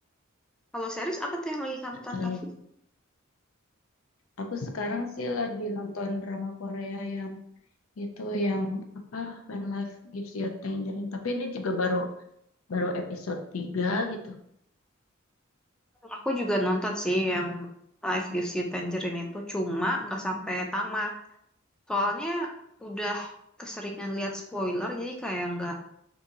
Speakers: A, in the centre; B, on the left.
A: kalau series apa tuh yang lagi kamu
B: nggak
A: tonton
B: terlalu. Aku sekarang sih lagi nonton drama Korea yang itu yang apa When Life Gives You Tangerine. Tapi ini juga baru baru episode 3 gitu.
A: Aku juga nonton sih yang Life Gives You Tangerine itu, cuma nggak sampai tamat. Soalnya udah keseringan lihat spoiler, jadi kayak nggak